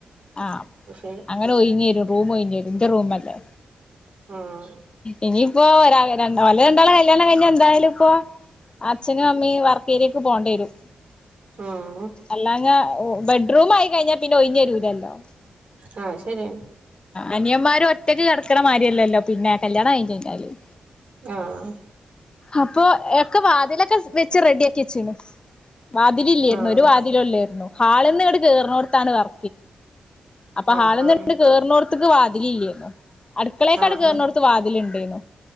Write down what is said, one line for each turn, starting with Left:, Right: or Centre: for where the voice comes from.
Left: ആഹ്
Right: ശരി
Left: അങ്ങനെ ഒഴഞ്ഞരും റൂം ഒഴിഞ്ഞരും എന്റെ റൂമല്ലേ
Right: ആഹ്
Left: ഇനിയിപ്പോ ഒരാ രല രണ്ടാളും കല്യാണം കഴിഞ്ഞ എന്തായാലും ഇപ്പൊ അച്ഛനും അമ്മേം വർക്കേരിയ്ക്ക് പോകേണ്ടി വരും
Right: ആഹ്
Left: അല്ലാഞ്ഞ ബെഡ്റൂം ആയി കഴിഞ്ഞാൽ പിന്നെ ഒഴിഞ്ഞരൂലല്ലോ
Right: ആഹ് ആഹ് അത് ശരിയാണ്
Left: അനിയന്മാര് ഒറ്റയ്ക്ക് കെട ക്കണമാരിയല്ലല്ലോ പിന്നെ കല്യാണം കഴിഞ്ഞിട്ടെന്താലും
Right: ആഹ്
Left: അപ്പൊ എക്കെ വാതിലൊക്കെ വെച്ച് റെഡി ആക്കി വാതില് ഇല്ലായിരുന്നു
Right: ആഹ്
Left: ഒരു വാതിലും ഇല്ലായിരുന്നു ഹാള്ന്ന് ഇങ്ങട് കേറുന്നോടത്താണ് വർ അപ്പൊ
Right: ആഹ്
Left: ഹാളന്ന്ട്ത്ത് കേറുന്നോട്ത്ത്ക്ക് വാതിലല്ല്യ അടുക്കളയൊക്കെ
Right: ആഹ്
Left: കേറുന്നോട്ത്ത് വാതിലുണ്ട്ന്ന്